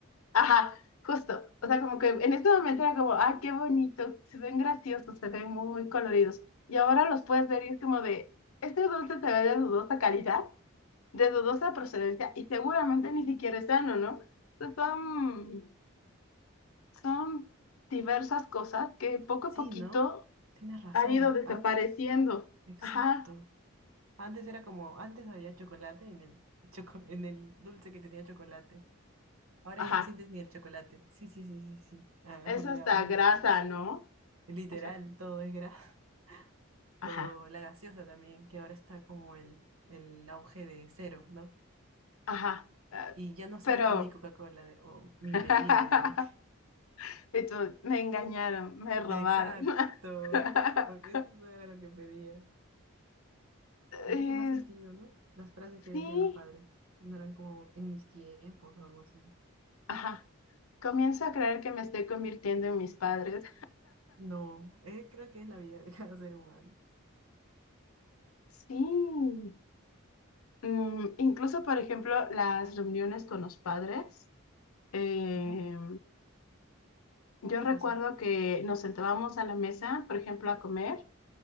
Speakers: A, on the left; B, on the right.
A: ajá, justo. O sea, como que en este momento era como, ah, qué bonito, se ven graciosos, se ven muy coloridos. Y ahora los puedes ver y es como de, este dulce se ve de dudosa calidad de dudosa procedencia y seguramente ni siquiera es sano, ¿no? Entonces, Son, son diversas cosas que poco
B: Sí,
A: a poquito
B: ¿no? Tienes razón.
A: han ido desapareciendo.
B: Antes, exacto.
A: Ajá,
B: Antes era como, antes había chocolate en el, <laughs> choco- en el dulce que tenía chocolate. Ahora
A: ajá.
B: ya no sientes ni el chocolate. Sí, sí, sí, sí, sí. <laughs> Ah,
A: Es
B: me
A: hasta
B: haces
A: grasa,
B: acordar.
A: ¿no?
B: Literal,
A: O sea,
B: todo es grasa. <laughs>
A: ajá,
B: O la gaseosa también, que ahora está como el, el auge de cero, ¿no?
A: ajá. eh,
B: y ya no sabe
A: pero,
B: a mi Coca-Cola de- o mi
A: <laughs>
B: bebida de antes.
A: y tú, me engañaron,
B: <laughs>
A: me robaron.
B: Exacto,
A: <laughs>
B: porque esto no era lo que pedía. Y
A: Es-
B: hace más sentido, ¿no? Las frases que
A: sí,
B: decían los padres no eran como en mis tiempos o algo así.
A: ajá. Comienzo a creer que me estoy convirtiendo en mis padres.
B: No, eh, creo que es la vida <laughs> de cada ser humano.
A: Sí. Mm, incluso, por ejemplo, las reuniones con los padres. eh,
B: Ujú.
A: yo
B: ¿Qué
A: recuerdo
B: pasa?
A: que nos sentábamos a la mesa, por ejemplo, a comer